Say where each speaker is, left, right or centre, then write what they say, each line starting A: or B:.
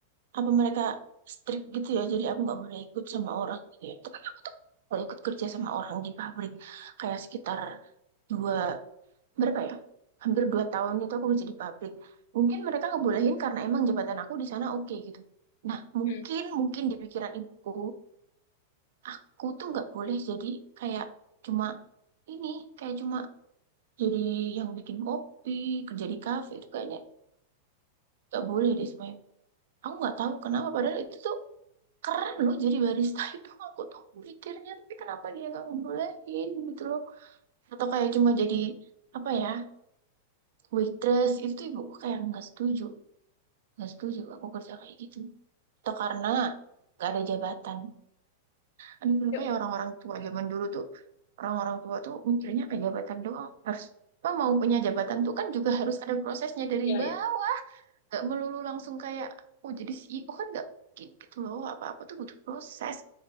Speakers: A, on the right; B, on the left.
A: Apa mereka strict gitu ya? Jadi aku nggak boleh ikut sama orang gitu ya. Tapi aku tuh kalau ikut kerja sama orang di pabrik kayak sekitar dua berapa ya? Hampir dua tahun itu aku kerja di pabrik. Mungkin mereka ngebolehin karena emang jabatan aku di sana oke gitu. Nah, mungkin
B: Hmm.
A: mungkin di pikiran ibuku, aku tuh nggak boleh jadi kayak cuma ini, kayak cuma jadi yang bikin kopi, kerja di kafe itu kayaknya nggak boleh deh sama Aku nggak tahu kenapa padahal itu tuh keren loh jadi barista <laughs> itu aku tuh mikirnya tapi kenapa dia nggak ngebolehin gitu loh atau kayak cuma jadi apa ya waitress itu tuh ibuku kayak nggak setuju nggak setuju aku kerja kayak gitu atau karena nggak ada jabatan aduh kenapa
B: co-
A: ya orang-orang tua zaman dulu tuh orang-orang tua tuh mikirnya kayak jabatan doang harus apa mau punya jabatan tuh kan juga harus ada prosesnya dari
B: Ya
A: bawah
B: ya.
A: nggak melulu langsung kayak oh jadi CEO kan nggak mungkin gitu loh apa-apa tuh butuh proses